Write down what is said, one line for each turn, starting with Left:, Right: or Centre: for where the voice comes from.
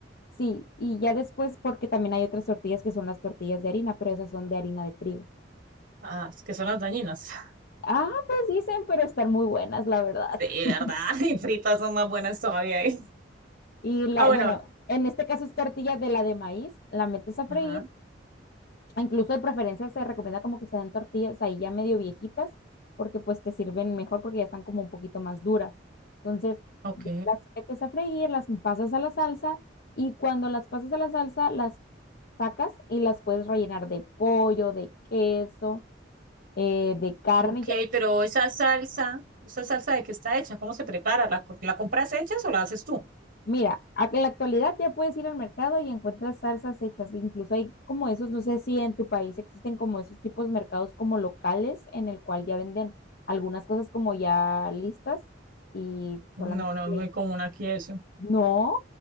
Left: sí, y ya después, porque también hay otras tortillas que son las tortillas de harina, pero esas son de harina de trigo.
Right: Ah, es que son las dañinas. <laughs>
Left: Ah, pues dicen, pero están muy buenas, la verdad.
Right: Sí,
Left: <laughs>
Right: ¿verdad? <laughs> Y fritas son más buenas todavía. <laughs> ¿eh?
Left: Y la,
Right: Ah, bueno.
Left: bueno, en este caso es tortilla de la de maíz, la metes a freír
Right: Ajá.
Left: Incluso de preferencia se recomienda como que se den tortillas ahí ya medio viejitas, porque pues te sirven mejor porque ya están como un poquito más duras. Entonces,
Right: Ok.
Left: ya las metes a freír, las pasas a la salsa y cuando las pasas a la salsa, las sacas y las puedes rellenar de pollo, de queso, eh, de carne,
Right: Ok,
Left: y ya le
Right: pero esa salsa, ¿esa salsa de qué está hecha? ¿Cómo se prepara? ¿La, co- la compras hecha o la haces tú?
Left: Mira, a- en la actualidad ya puedes ir al mercado y encuentras salsas hechas. Incluso hay como esos, no sé si en tu país existen como esos tipos de mercados como locales en el cual ya venden algunas cosas como ya listas y
Right: No,
Left: solamente
Right: no, es muy común aquí eso.
Left: no,